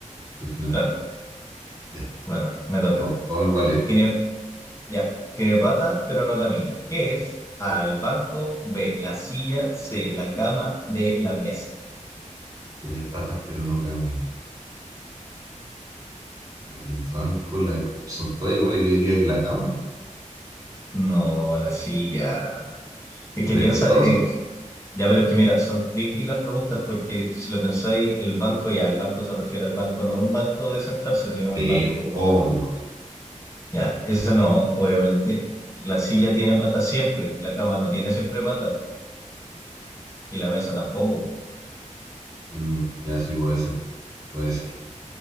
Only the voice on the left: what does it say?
Claro,
bueno, me toca.
Tiene, ya, tiene patas, pero no camina. ¿Qué es? A, el banco, B, la silla, C, la cama, D, la mesa.
No, la silla. Es que
piensa,
eh, Ya, pero es que mira, son tricky las preguntas porque si lo pensáis, el banco, ya, el banco se refiere al banco, no a un banco de sentarse, sino al
banco
del banco. Ya, esa no, obviamente. La silla tiene patas siempre, la cama no tiene siempre patas y la mesa tampoco.